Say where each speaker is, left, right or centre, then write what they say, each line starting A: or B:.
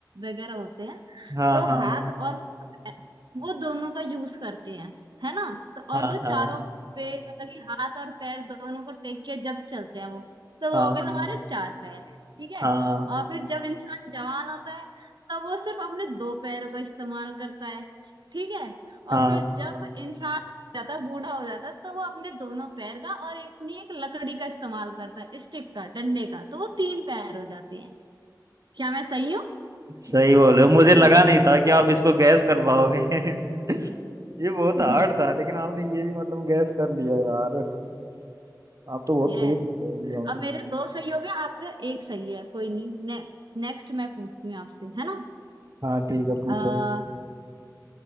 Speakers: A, on the right; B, on the right.
A: वगैरह होते हैं
B: हाँ
A: तो
B: हाँ
A: हाथ और पैर, वो दोनों का यूज करते हैं है ना तो
B: हाँ
A: और वो
B: हाँ
A: चारों पे मतलब कि हाथ और पैर दोनों को टेक के जब चलते हैं वो तो वो
B: हाँ
A: हो गए
B: हाँ
A: हमारे चार पैर ठीक है
B: हाँ
A: और फिर जब इंसान जवान होता है तब वो सिर्फ अपने दो पैरों का इस्तेमाल करता है ठीक है
B: हाँ
A: और फिर जब इंसान हो जाता है, बूढ़ा हो जाता है तो वो अपने दोनों पैर का और एक अपनी एक लकड़ी का इस्तेमाल करता है स्टिक का डंडे का तो वो तीन पैर हो जाते हैं क्या मैं सही हूँ
B: सही बोल रहे हो मुझे लगा नहीं था कि आप इसको गैस कर पाओगे <laughs> ये बहुत
A: <laughs>
B: हार्ड था लेकिन आपने ये भी मतलब गैस कर लिया यार आप तो बहुत
A: यस
B: तेज हो पहेलियों में
A: अब मेरे दो सही हो गए आपका एक सही है कोई नहीं ने, नेक्स्ट मैं पूछती हूँ आपसे है ना
B: हाँ ठीक है पूछो
A: आ,